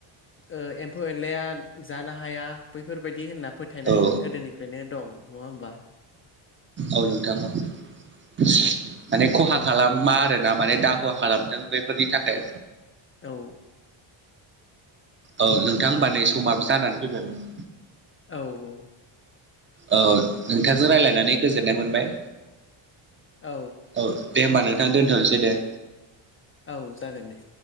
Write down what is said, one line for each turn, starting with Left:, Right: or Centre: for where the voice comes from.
Left: ओ एम्फौ एनलाया जानो हाया बैफोरबायदि होनना फोथायनाय
Right: औ
Left: गोदोनिफ्रायनो दं नङा होमबा।
Right: औ नोंथां माने खहा
Left: औ
Right: खालामा आरो माने दाखुवा खालामथों बेफोरनि थाखाय
Left: औ।
Right: औ नोंथां होमबा नै समाबो जानानै फैबाय मोन।
Left: औ औ।
Right: औ नोंथांजों राय्लायनानै गोजोननाय मोनबाय।
Left: औ
Right: औ दे होमबा नोंथां दोनथ'नोसै दे।
Left: औ जागोन दे।